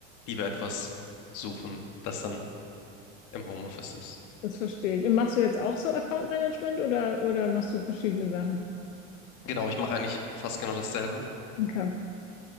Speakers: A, on the left (about 55°); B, on the left (about 85°).
A: lieber etwas suchen, das dann im Homeoffice ist.
B: das verstehe ich. Und machst du jetzt auch so Account Management oder, oder machst du verschiedene Sachen?
A: Genau, ich mache eigentlich fast genau dasselbe.
B: Okay.